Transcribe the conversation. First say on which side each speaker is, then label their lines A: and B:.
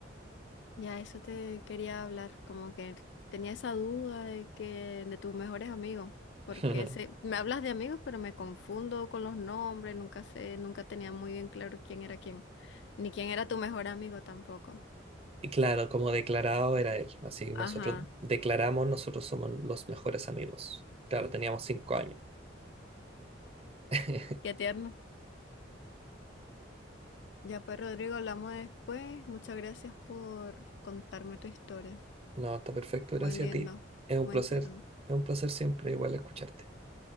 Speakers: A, on the left (about 65°); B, on the right (about 30°).
A: Ya, eso te quería hablar, como que tenía esa duda de que de tus mejores amigos, porque
B: <laughs>
A: se me hablas de amigos, pero me confundo con los nombres, nunca sé, nunca tenía muy bien claro quién era quién, ni quién era tu mejor amigo tampoco.
B: Y claro, como declarado era él. Así nosotros
A: Ajá,
B: declaramos, nosotros somos los mejores amigos. Claro, teníamos cinco años. <laughs>
A: qué tierno. Ya pues, Rodrigo, hablamos después. Muchas gracias por contarme tu historia.
B: No, está perfecto,
A: Muy
B: gracias
A: lindo,
B: a ti. Es un
A: muy
B: placer,
A: tierno.
B: es un placer siempre igual escucharte.